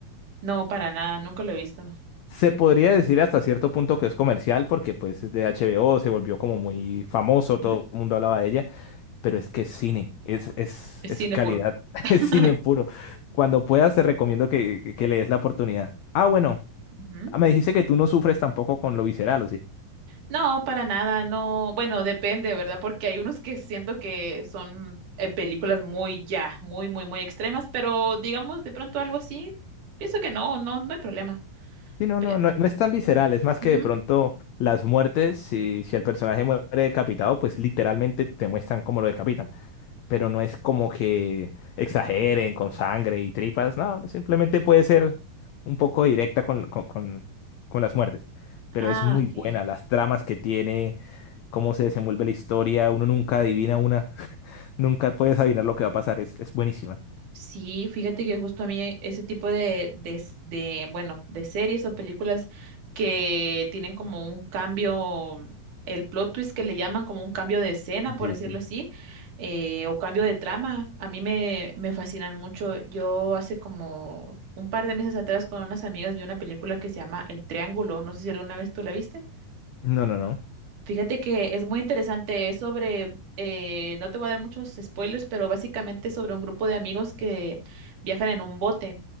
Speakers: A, on the right (about 65°); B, on the left (about 80°).
A: no, para nada, nunca lo he visto.
B: Se podría decir hasta cierto punto que es comercial porque pues es de HBO, se volvió como muy famoso, todo
A: Ujú.
B: el mundo hablaba de ella, pero es que es cine, es, es,
A: Es
B: es
A: cine
B: calidad,
A: puro.
B: <laughs>
A: <laughs>
B: es cine puro. Cuando puedas te recomiendo que, que le des la oportunidad. Ah, bueno,
A: Ujú.
B: me dijiste que tú no sufres tampoco con lo visceral, ¿o sí?
A: No, para nada, no. Bueno, depende, ¿verdad? Porque hay unos que siento que son eh, películas muy ya, muy, muy, muy extremas, pero digamos de pronto algo así, pienso que no, no, no hay problema.
B: Sí, no,
A: Pe-
B: no, no, no es tan visceral, es más que
A: Ujú.
B: de pronto las muertes, si, si el personaje muere decapitado, pues literalmente te muestran cómo lo decapitan, pero no es como que exageren
A: Mm.
B: con sangre y tripas, no, simplemente puede ser un poco directa con, con, con- con las muertes, pero
A: Ah,
B: es muy
A: ok.
B: buena, las tramas que tiene, cómo se desenvuelve la historia, uno nunca adivina una, <laughs> nunca puedes adivinar lo que va a pasar, es, es buenísima.
A: Sí, fíjate que justo a mí ese tipo de, de, s- de, bueno, de series o películas que tienen como un cambio, mm, el plot twist que le llaman como un cambio de escena, por
B: Sí,
A: decirlo
B: sí.
A: así, eh, o cambio de trama, a mí me, me fascinan mucho. Yo hace como un par de meses atrás con unas amigas vi una película que se llama El Triángulo, no sé si alguna vez tú la viste.
B: No, no, no.
A: Fíjate que es muy interesante, es sobre, eh, no te voy a dar muchos spoilers, pero básicamente es sobre un grupo de amigos que viajan en un bote,